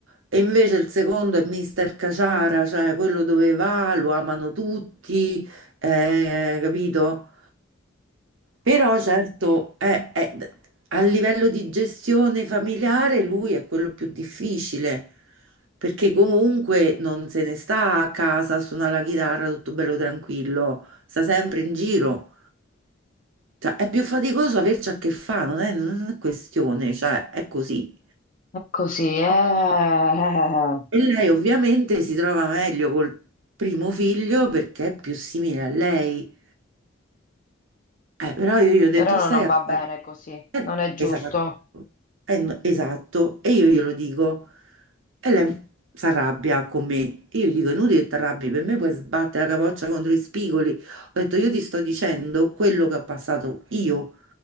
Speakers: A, on the right; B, on the left.
A: E invece il secondo è Mister Caciara, cioè quello dove va, lo amano tutti, eh, capito? Però certo, eh, eh, a livello di gestione familiare lui è quello più difficile, perché comunque non se ne sta a casa a suonare la chitarra tutto bello tranquillo, sta sempre in giro. Cioè, è più faticoso averci a che fare, non è, non è questione, cioè è così.
B: è così, eh. <laughs>
A: E lei ovviamente si trova meglio col primo figlio perché è più simile a lei. Eh, però io gli ho detto,
B: Però
A: stai
B: non
A: a
B: va bene
A: fare...
B: così,
A: eh,
B: non è giusto.
A: esatto, Eh, no, esatto. E io glielo dico. E lei si arrabbia con me. Io gli dico, inutile che ti arrabbi, per me puoi sbattere la capoccia contro i spigoli. Ho detto, io ti sto dicendo quello che ho passato io